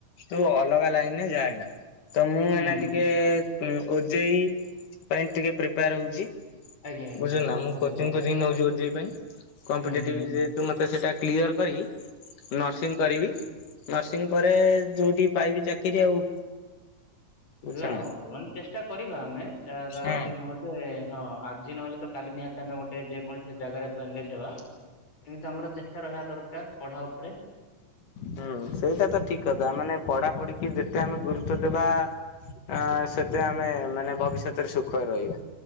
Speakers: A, on the left (about 70°); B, on the left (about 50°).
A: ତୁ ଅଲଗା ଲାଇନରେ ଯାଏନା ତ ମୁଁ
B: ହୁଁ
A: ଏନା ଟିକେ ହଁ ଓଜେଇ ପାଇଁ ଟିକେ ପ୍ରିପେୟାର ହଉଛି।
B: ଆଜ୍ଞା ଆଜ୍ଞା
A: ବୁଝିଲୁ
B: ଆଜ୍ଞା
A: ନା ମୁଁ
B: ଭଲ
A: କୋଚିଂଫୋଚିଂ
B: ହୁଁ
A: ନଉଚି ଓ ଜେଇ ପାଇଁ। କମ୍ପିଟେଟିଭ
B: ହୁଁ ହୁଁ ହୁଁ।
A: ରେ ତୁ ମତେ ସେଟା କ୍ଲିୟର କରି ନର୍ସିଂ କରିବି ନର୍ସିଂ ପରେ ଯୋଉଠି ପାଇବି ଚାକିରି ଆଉ। ବୁଝୁଛନ୍ତି
B: ହେଲା ଆଉ ମାନେ ଚେଷ୍ଟା କରିବା ଆମେ ତା
A: ନା।
B: ବୋଲି ନୁହଁ। ଯେ ହଁ ଆଜି ନହେଲେ ତ କାଲି ନିହାତି ଆମେ ଗୋଟେ ଯେକୌଣସି ଜାଗାରେ ତ ଏଙ୍ଗେଜ ହବା। କିନ୍ତୁ ଆମର ଚେଷ୍ଟା ରହିବା ଦରକାର ପଢା ଉପରେ।
A: ହୁଁ ସେଇଟା ତ ଠିକ
B: ହୁଁ
A: କଥା ମାନେ ପଢାପଢିିକି ଯେତେ ଆମେ ଗୁରୁତ୍ଵ ଦେବା ଆଁ ସେତେ ଆମେ ମାନେ ଭବିଷ୍ୟତରେ ସୁଖରେ ରହିବା।